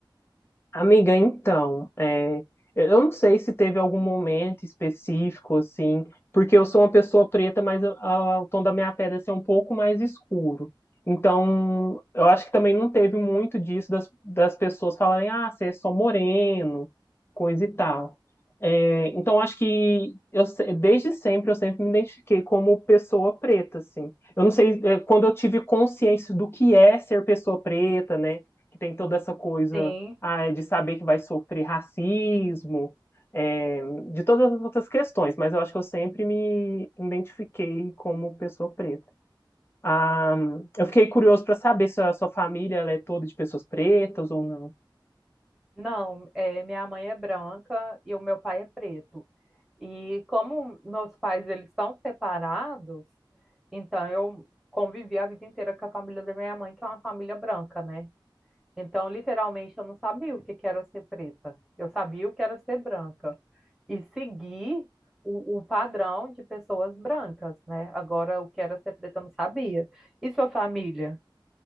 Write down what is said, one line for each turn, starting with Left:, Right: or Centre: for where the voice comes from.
Left: Amiga, então, é, eu eu não sei se teve algum momento específico, assim, porque eu sou uma pessoa preta, mas a- a- o tom da minha pele assim, é um pouco mais escuro. Então, eu acho que também não teve muito disso das, das pessoas falarem, ah, você é só moreno, coisa e tal. É, então, acho que eu, se- desde sempre eu sempre me identifiquei como pessoa preta, assim. Eu não sei, é, quando eu tive consciência do que é ser pessoa preta, né? que tem toda essa coisa
Centre: Sim.
Left: ah, é de saber que vai sofrer racismo, é, de todas as outras questões, mas eu acho que eu sempre me identifiquei como pessoa preta. Ah, eu fiquei curioso para saber se a sua família ela é toda de pessoas pretas ou não.
Centre: Não, é, minha mãe é branca e o meu pai é preto. E como meus pais eles são separados, então eu convivi a vida inteira com a família da minha mãe, que é uma família branca, né? Então, literalmente, eu não sabia o que que era ser preta. Eu sabia o que era ser branca. E seguir o, o padrão de pessoas brancas, né? Agora, o que era ser preta, eu não sabia. E sua família?